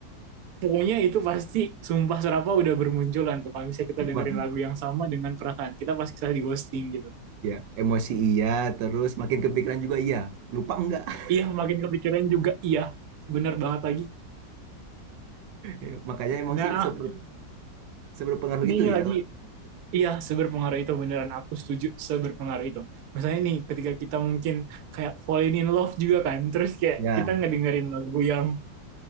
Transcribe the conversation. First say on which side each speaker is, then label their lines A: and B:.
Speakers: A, on the right; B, on the right.
A: pokoknya itu pasti sumpah serapa udah bermunculan tuh kalau misalnya kita dengerin
B: ma-
A: lagu yang sama dengan perasaan kita pas kita di ghosting gitu
B: ya emosi iya terus makin kepikiran juga iya lupa enggak <laughs>
A: iya makin kepikiran juga iya benar banget lagi
B: Ya, makanya emang
A: nah
B: sih seber, seberpengaruh
A: ini
B: itu ya
A: lagi iya seberpengaruh itu beneran aku setuju seberpengaruh itu misalnya nih ketika kita mungkin kayak falling in love juga kan terus kayak
B: ya
A: kita ngedengerin lagu yang